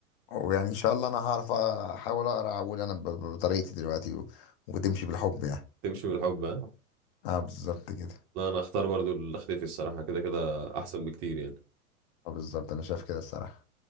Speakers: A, on the left (about 40°); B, on the right (about 30°).
A: ويعني ان شاء الله انا هعرف احاول اقرا اقول انا ب- ب- بطريقتي دلوقتي و... وتمشي بالحب يعني
B: تمشي بالحب ها
A: اه بالظبط كده
B: لا انا اختار برضه اللي اختفي الصراحة كده كده احسن بكتير يعني
A: اه بالظبط انا شايف كده الصراحة